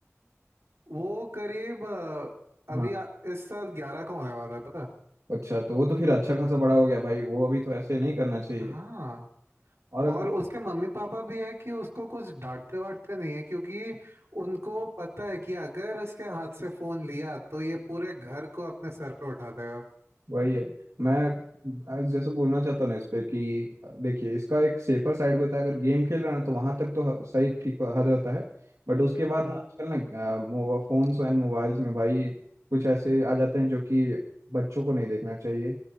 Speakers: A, on the right (about 60°); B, on the right (about 85°).
A: वो करीब अ, अभी
B: हाँ
A: आ, इस साल ग्यारह का होने वाला है पता
B: अच्छा तो वो तो फिर अच्छा खासा बड़ा हो गया भाई वो अभी तो ऐसे नहीं करना चाहिए
A: हाँ
B: और अगर
A: और उसके मम्मी पापा भी है कि उसको कुछ डांटते वाटते नहीं है क्योंकि उनको पता है कि अगर इसके हाथ से फोन लिया तो ये पूरे घर को अपने सर पे उठा देगा
B: वही है मैं आज जैसे बोलना चाहता हूँ ना इस पे कि देखिए इसका एक सेफर साइड भी होता है अगर गेम खेल रहा है ना तो वहां तक तो ह- सही ठीक हद होता है बट उसके
A: हम्म
B: बाद ना आजकल ना फोन्स एंड मोबाइल्स में भाई कुछ ऐसे आ जाते हैं जो कि बच्चों को नहीं देखना चाहिए